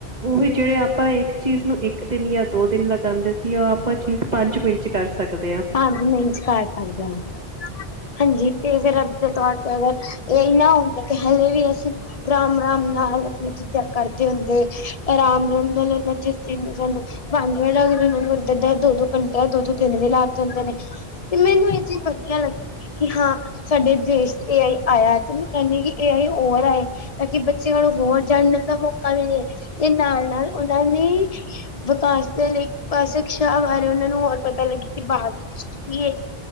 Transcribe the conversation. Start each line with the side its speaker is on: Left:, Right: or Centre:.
Right: ਓਵੀ ਜੇੜੇ ਆਪਾਂ ਇੱਕ ਚੀਜ਼ ਨੂੰ ਇੱਕ ਇੱਕ ਦਿਨ ਯਾਂ ਦੋ ਦਿਨ ਲਗਾਂਦੇ ਸੀ ਓ ਆਪਾਂ ਚੀਜ਼ ਪੰਜ ਮਿੰਟ ਚ ਕਰ ਸਕਦ
Left: ਪੰਜ ਮਿੰਟ ਚ ਕਰ ਸਕਦੇ ਆਂ ਹਾਂਜੀ ਤੇ ਫਿਰ ਅੱਜ ਦੇ ਤੌਰ ਤੇ ਅਗਰ ਏ ਆਈ ਨਿ ਹੁੰਦਾ ਤੇ ਹਲੇ ਵੀ ਅਸੀਂ ਰਾਮ-ਰਾਮ ਨਾਲ ਆਪਣੀ ਚੀਜ਼ਾਂ ਕਰ ਦੇ ਹੁੰਦੇ ਅਰਾਮ-ਰਾਮ ਨਾਲ ਏ ਜਿਸ ਚੀਜ਼ ਨੂੰ ਸਾਨੂੰ ਪੰਜ ਮਿੰਟ ਲਗਦੇ ਨੇ ਦੋ-ਦੋ ਘੰਟੇ ਦੋ-ਦੋ ਦਿਨ ਵੀ ਲੱਗ ਜਾਂਦੇ ਨੇ, ਤੇ ਮੈਨੂੰ ਅੇ ਚੀਜ ਵਧੀਆ ਲੱਗੀ ਕਿ ਹਾਂ ਸਾਡੇ ਦੇਸ਼ ਚ ਏ ਆਈ ਆਇਆ, ਤੇ ਮੈਂ ਕੈਨੀ ਆ ਕਿ ਏ ਆਈ ਔਰ ਆਏ। ਤਾਂ ਕਿ ਬੱਚਿਆਂ ਨੂੰ ਹੋਰ ਜਾਣਨ ਦਾ ਮੌਕਾ ਮਿਲੇ, ਤੇ ਨਾਲ-ਨਾਲ ਓਨਾਂ ਦੀ ਵਿਕਾਸ ਦੇ ਲਈ ਪਾਸਿਕ ਸ਼ਾਹ ਵਾਰੇ ਓਨਾਂ ਨੂੰ ਹੋਰ ਪਤਾ ਲੱਗੇ ਕਿ ਬਾਹਰ ਦੇ ਦੇਸ਼ ਕੀ‌ ਏ,